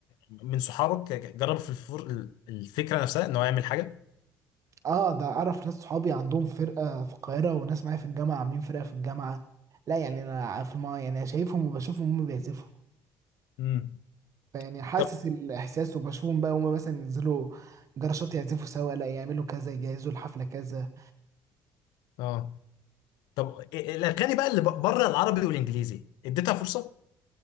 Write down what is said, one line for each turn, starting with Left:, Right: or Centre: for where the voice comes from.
Left: من صحابك جرب في الفر... الفكرة نفسها ان هو يعمل حاجة
Right: اه ده اعرف ناس صحابي عندهم فرقه في القاهره وناس معايا في الجامعه عاملين فرقه في الجامعه لا يعني انا في الم... يعني شايفهم وبشوفهم هم بيعزفوا
Left: امم
Right: فيعني حاسس
Left: طب
Right: الاحساس وبشوفهم بقى هما مثلا ينزلوا جراشات يعزفوا سوا لا يعملوا كذا يجهزوا الحفله كذا
Left: اه طب إيه- الاغاني بقى اللي بره العربي والانجليزي اديتها فرصة